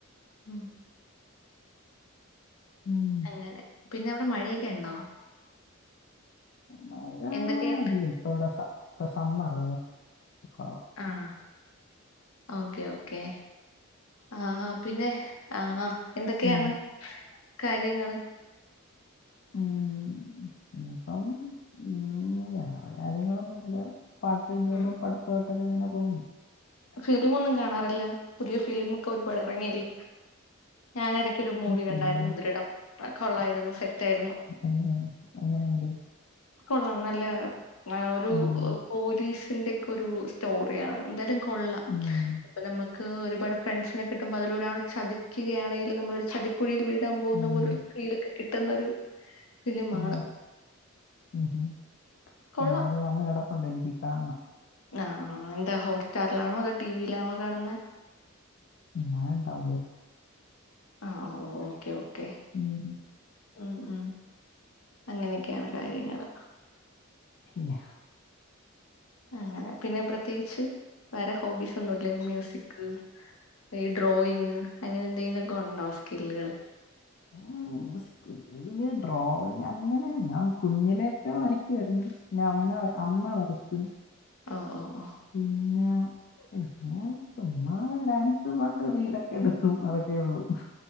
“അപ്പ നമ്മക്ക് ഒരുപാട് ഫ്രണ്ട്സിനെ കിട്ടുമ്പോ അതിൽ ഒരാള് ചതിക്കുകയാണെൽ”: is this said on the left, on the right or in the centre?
Left